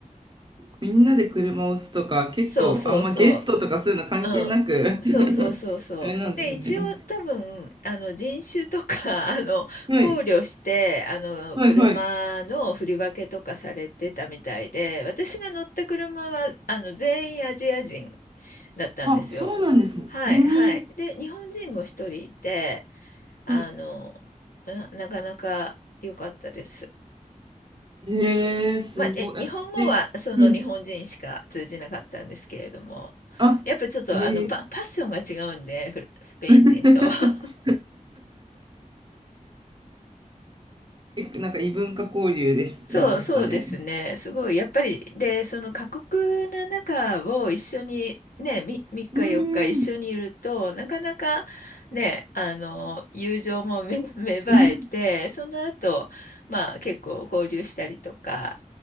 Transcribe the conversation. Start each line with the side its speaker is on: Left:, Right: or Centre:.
Right: みんなで車を押すとか、結構、
Left: そうそうそ
Right: あんまゲストとかそういうの関係なく
Left: う。うん。
Right: <laughs>
Left: そうそうそうそう。
Right: あれなんですね。
Left: で、一応多分、あの、人種とか、<laughs> あの、
Right: はい、
Left: 考慮して、あの、
Right: はい、
Left: 車の振り分けとかされてたみたいで、
Right: はい。
Left: 私が乗った車は、あの、全員アジア人だったんですよ。
Right: あ、そうなんですね。
Left: はいはい。
Right: うん。
Left: で、日本人も一人いて、あの、
Right: は
Left: な、なかなか良かったです。
Right: い。えー、すごい。
Left: まあ、え、日本語はその日本人しか通じなかったんですけれども、
Right: あ実、うん。あ、
Left: やっぱちょっとあのパ、
Right: えー。
Left: パッションが違うんで、フルスペイン人と。
Right: <laughs>
Left: <laughs>
Right: なんか異文化交流でし、
Left: そう、
Right: でしたね。
Left: そうですね。すごい、やっぱり、で、その過酷な中を一緒に、ね、み3日4日一緒にいると、
Right: うーん。
Left: なかなかね、あの、友情もめ <laughs> 芽生えて、
Right: うん。
Left: その後、まあ結構交流したりとか、